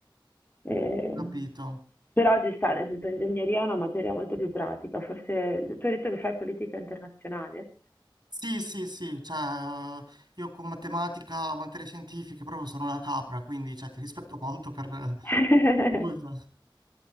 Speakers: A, on the left (about 25°); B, on the right (about 55°).
A: Ehm,
B: Capito.
A: però ci sta, nel senso ingegneria è una materia molto più pratica, forse tu hai detto che fai politica internazionale?
B: Sì, sì, sì, cioè, io con matematica, materie scientifiche proprio sono una capra, quindi, cioè, ti rispetto molto per... <laughs>
A: <laughs>
B: Nulla,